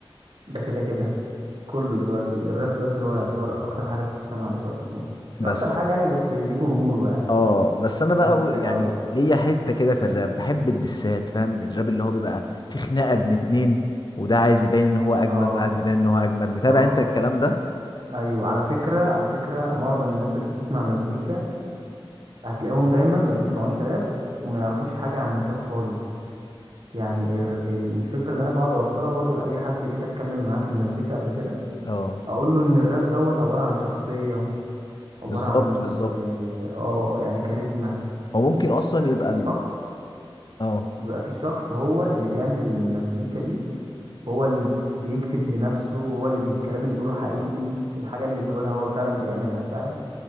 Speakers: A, on the right; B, on the left.
A: ده كده كده كله دلوقتي الراب دلوقتي هو يعتبر اكتر حاجه بتتسمع دلوقتي في مصر مش
B: بس
A: اكتر حاجه يعني بس ليه جمهوره يعني
B: اه بس انا بقى
A: مش
B: و-
A: زي
B: يعني
A: الاول
B: ليا حتة كده في الراب بحب الدسات فاهم الراب اللي هو بيبقى في خناقة بين اتنين وده عايز يبين ان هو اجمد
A: اه
B: وده عايز يبين ان هو اجمد متابع
A: اه
B: انت الكلام ده
A: ايوه على فكره على فكره معظم الناس اللي بتسمع مزيكا هتلاقيهم دايما ما بيسمعوش راب وما يعرفوش حاجه عن الراب خالص يعني الر- ال- الفكره اللي انا بقعد اوصلها برضو لاي حد جيت اتكلم معاه في المزيكا قبل كده
B: اه
A: اقول له ان الراب دوت عباره عن شخصيه عباره
B: بالظبط
A: عن
B: بالظبط
A: اه آه، يعني كاريزما
B: هو ممكن اصلا
A: بيبقى
B: يبقى
A: في
B: ال...
A: شخص
B: اه
A: بيبقى في شخص هو اللي بيعمل المزيكا دي هو اللي بي- بيكتب لنفسه هو اللي بي- الكلام اللي بيقوله حقيقي الحاجة اللي بيقولها هو فعلا بيعملها فاهم